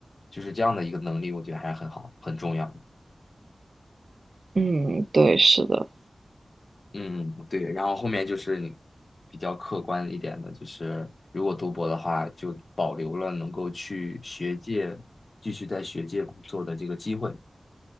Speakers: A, on the left; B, on the right.
A: 就是这样的一个能力，我觉得还是很好，很重要。
B: 嗯，对，是的，
A: 嗯，对。然后后面就是你比较客观一点的，就是如果读博的话，就保留了能够去学界继续在学界工作的这个机会，